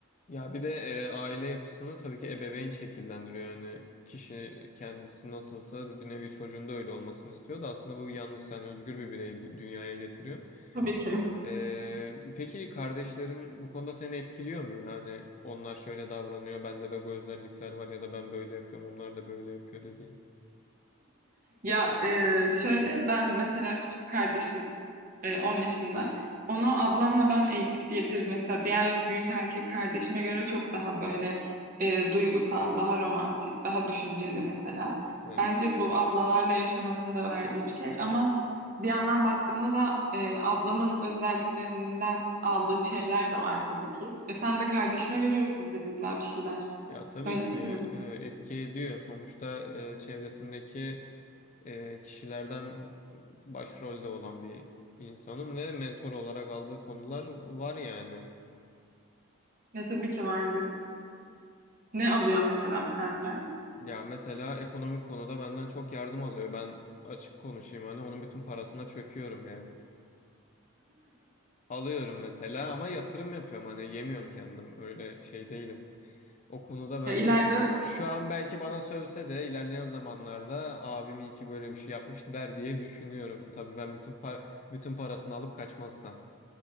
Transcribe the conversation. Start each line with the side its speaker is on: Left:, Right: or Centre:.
Left: Ya bir de e, aile yapısını tabii ki ebeveyn şekillendiriyor. Yani kişi kendisi nasılsa bir nevi çocuğunda öyle olmasını istiyor da aslında bu yanlış. Sen özgür bir bireyi dü- dünyaya getiriyorsun.
Right: Tabii ki.
Left: Ee, peki kardeşlerin bu konuda seni etkiliyor mu? Yani onlar şöyle davranıyor, bende de bu özellikler var ya da ben böyle yapıyorum, onlar da böyle yapıyor dediğin.
Right: Ya e, şöyle ben mesela küçük kardeşim e, 10 yaşında. Onu ablamla ben eğittik diyebiliriz. Mesela diğer büyük erkek kardeşime göre çok daha böyle e, duygusal, daha romantik, daha düşünceli mesela.
Left: Evet.
Right: Bence bu ablalarla yaşamanın da verdiği bir şey ama bir yandan baktığında da e, ablamın özelliklerinden aldığım şeyler de var tabii ki. E sen de kardeşine veriyorsun dediler bir şeyler.
Left: Ya tabii
Right: Öyle
Left: ki
Right: değil mi?
Left: e, etki ediyor. Sonuçta e, çevresindeki e, kişilerden başrolde olan bir insanım ve mentor olarak aldığı konular var yani.
Right: Ya tabii ki vardır. Ne alıyor mesela senden?
Left: Ya mesela ekonomik konuda benden çok yardım alıyor. Ben açık konuşayım hani onun bütün parasına çöküyorum yani. alıyorum mesela ama yatırım yapıyorum hani yemiyorum kendim öyle şey değilim. O konuda bence
Right: Ya ileride
Left: şu an belki bana sövse de ilerleyen zamanlarda abim iyi ki böyle bir şey yapmış der diye düşünüyorum. Tabii ben bütün pa- bütün parasını alıp kaçmazsam.